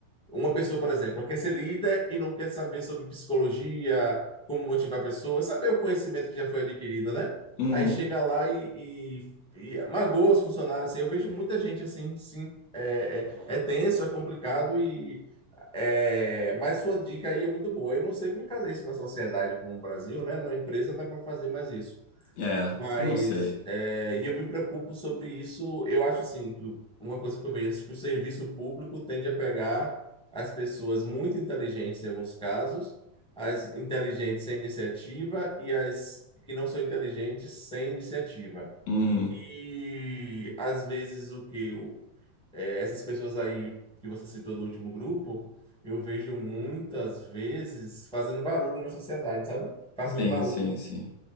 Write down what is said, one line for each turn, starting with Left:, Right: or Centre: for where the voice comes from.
Centre: uma pessoa, por exemplo, quer ser líder e não quer saber sobre psicologia, como motivar pessoas, saber o conhecimento que já foi adquirido, né?
Left: Uhum.
Centre: Aí chega lá e, e, e magoa os funcionários. Assim. Eu vejo muita gente assim, sim, é, é, é tenso, é complicado e é, mas sua dica aí é muito boa. Eu não sei como fazer isso na sociedade como o Brasil, né? Na empresa dá para fazer mais isso.
Left: É,
Centre: Mas,
Left: não sei.
Centre: é, e eu me preocupo sobre isso. Eu acho assim que o- uma coisa que eu vejo é que o serviço público tende a pegar as pessoas muito inteligentes em alguns casos, as inteligentes sem iniciativa e as que não são inteligentes sem iniciativa.
Left: Uhum.
Centre: E às vezes o que eu, eh, essas pessoas aí que você citou do último grupo, eu vejo muitas vezes fazendo barulho na sociedade, sabe? Faz
Left: Sim,
Centre: muito barulho.
Left: sim, sim.